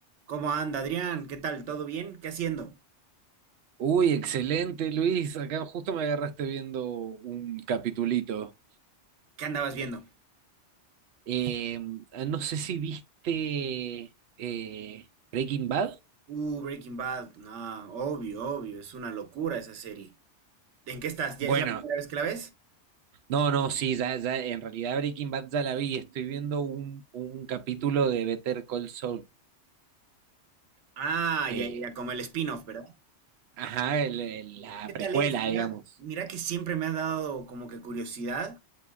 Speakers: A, on the right; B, on the right.
A: ¿Cómo anda, Adrián? ¿Qué tal? ¿Todo bien? ¿Qué haciendo?
B: Uy, excelente, Luis. Acá justo me agarraste viendo un capitulito.
A: ¿Qué andabas viendo?
B: Eh, no sé si viste eh, Breaking Bad.
A: Uh, Breaking Bad. No, obvio, obvio. Es una locura esa serie. ¿En qué estás? ¿Ya
B: Bueno,
A: es la primera vez que la ves?
B: no, no, sí, ya, ya, en realidad Breaking Bad ya la vi. Estoy viendo un, un capítulo de Better Call Saul.
A: Ah,
B: eh,
A: ya, ya, ya, como el spin-off, ¿verdad?
B: ajá, el- el- la
A: ¿Qué tal
B: precuela,
A: es? Mira,
B: digamos.
A: mira que siempre me ha dado como que curiosidad,